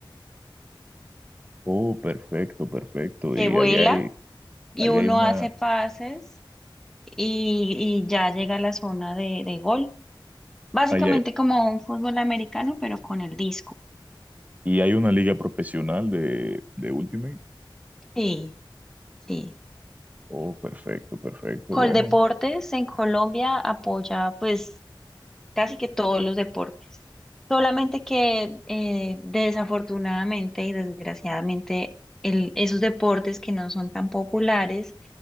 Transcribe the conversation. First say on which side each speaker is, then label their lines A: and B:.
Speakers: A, on the right; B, in the centre.
A: Oh, perfecto, perfecto.
B: que
A: Y
B: vuela
A: allá hay,
B: y
A: allá
B: uno
A: hay una,
B: hace pases y, y ya llega a la zona de, de gol? Básicamente
A: allá
B: como un fútbol americano, pero con el disco.
A: ¿Y hay una liga profesional de, de Ultimate?
B: Sí, sí.
A: Oh, perfecto, perfecto.
B: Coldeportes
A: Bueno,
B: en Colombia apoya pues casi que todos los deportes. Solamente que eh, desafortunadamente y desgraciadamente el- esos deportes que no son tan populares,